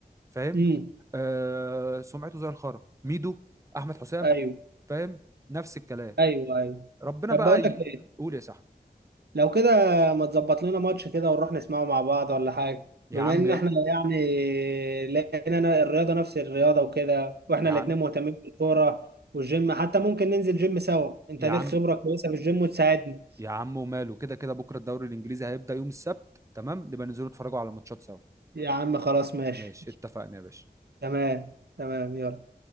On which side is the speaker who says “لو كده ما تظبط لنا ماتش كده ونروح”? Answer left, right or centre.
Right